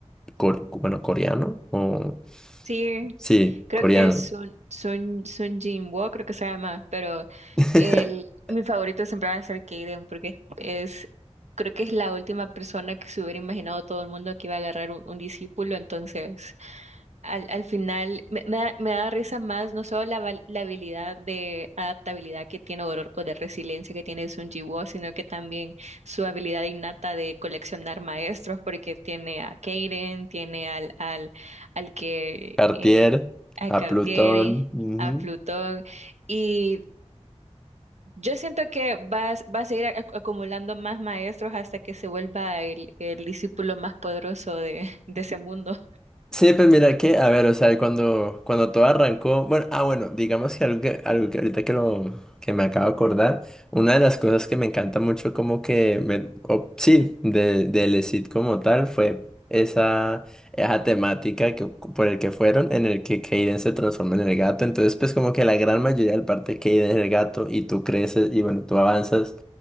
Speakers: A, in the centre; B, on the right (about 75°).
A: cor bueno, coreano, o...
B: Sí.
A: Sí,
B: Creo
A: coreano.
B: que es Sun, Sun, Sun Jinwoo, creo que se llama, pero
A: <laughs>
B: el, mi favorito siempre va a ser Kaiden porque es, creo que es la última persona que se hubiera imaginado todo el mundo que iba a agarrar un, un discípulo, entonces al, al final me, me da, me da risa más no solo la, val- la habilidad de adaptabilidad que tiene Aurora o de resiliencia que tiene Sun Ji-woo, sino que también su habilidad innata de coleccionar maestros, porque tiene a Kaden, tiene al, al, al que
A: Cartier,
B: eh, a
A: a
B: Cartier,
A: Plutón. Ujú.
B: a Plutón, y yo siento que va, a- va a seguir ac- acumulando más maestros hasta que se vuelva el, el discípulo más poderoso de, de ese mundo.
A: Sí, pues mira que, a ver, o sea, cuando, cuando todo arrancó, bueno, ah, bueno, digamos que algo que, algo que ahorita que lo, que me acabo de acordar, una de las cosas que me encanta mucho como que, me, o- sí, de, del ESID como tal, fue esa, esa temática que, por el que fueron, en el que Kaden se transforma en el gato, entonces pues como que la gran mayoría del parte Kaden es el gato, y tú creces, y bueno, tú avanzas,